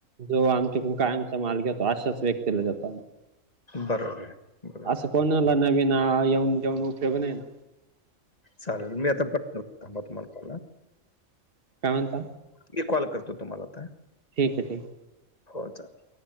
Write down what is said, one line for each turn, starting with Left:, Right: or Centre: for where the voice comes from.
Right: जो आमच्या कडून कायमचा माल घेतो, अशाच व्यक्तीला देतो.
Left: बरोबर आहे. बरोबर.
Right: असं कोणाला नवीन आ येऊन, देवून उपयोग नाही ना.
Left: चालेल, मी आता परत करतो. थांबा तुम्हाला कॉल अ
Right: काय म्हणता?
Left: मी कॉल करतो तुम्हाला आता.
Right: ठिक आहे, ठीक आहे.
Left: हो चालेल.